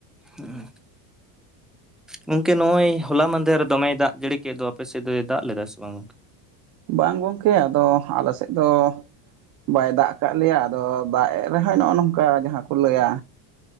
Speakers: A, in the centre; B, on the right.
A: ᱦᱚᱸ ᱜᱚᱝᱠᱮ ᱱᱚᱜᱼᱚᱭ ᱦᱚᱞᱟ ᱢᱟᱫᱷᱮᱨ ᱫᱚᱢᱮ ᱫᱟᱜ ᱡᱟᱹᱲᱤ ᱠᱮᱫ ᱫᱚ ᱟᱯᱮ ᱥᱮᱫ ᱫᱚᱭ ᱫᱟᱜ ᱞᱮᱫᱟ ᱥᱮ ᱵᱟᱝ
B: ᱵᱟᱝ ᱜᱚᱝᱠᱮ ᱟᱫᱚ ᱟᱞᱮ ᱥᱮᱫ ᱫᱚ ᱵᱟᱭ ᱫᱟᱜ ᱠᱟᱜ ᱞᱮᱭᱟ ᱟᱫᱚ ᱫᱟᱜ ᱨᱮᱦᱚᱸ ᱱᱚᱜᱼᱚ ᱱᱚᱝᱠᱟ ᱡᱟᱦᱟᱸ ᱠᱚ ᱞᱟᱹᱭᱟ